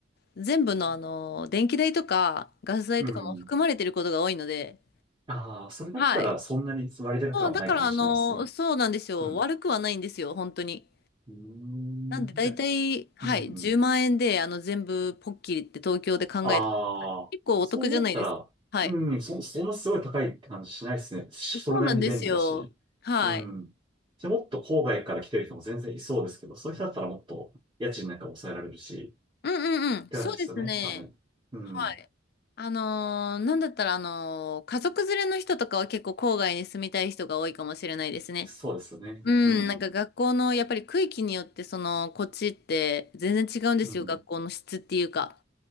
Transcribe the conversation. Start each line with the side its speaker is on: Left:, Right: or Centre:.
Left: 全部のあの、電気代とかガス代とかも含まれてることが多いので、
Right: うん。ああ、それだったらそんなに割高感はないかもしれないですね。
Left: はい。そう、だからあの、そうなんですよ。
Right: うん。
Left: 悪くはないんですよ、本当に。
Right: うーん、
Left: なんで大体、
Right: じゃあ、
Left: はい、
Right: うん。
Left: 10万円であの、全部ポッキリって東京で考えてください。
Right: ああ、
Left: 結構お得じゃないですか。
Right: そう思ったら、
Left: はい。
Right: うん、そ、そんなすごい高いって感じしないですね。それなりに便利だし。
Left: そうなんですよ。はい。
Right: うん。で、もっと郊外から来てる人も全然いそうですけど、そういう人だったらもっと家賃なんか抑えられるし、
Left: うんうんうん。
Right: って感じですよね、
Left: そうですね。
Right: 多分。うん。
Left: はい。あのーなんだったら、あのー家族連れの人とかは結構郊外に住みたい人が多いかもしれないですね。
Right: そうですよね。
Left: うん、
Right: うん。
Left: なんか学校の、やっぱり区域によって、その、こっちって全然違うんですよ、
Right: うん。
Left: 学校の質っていうか。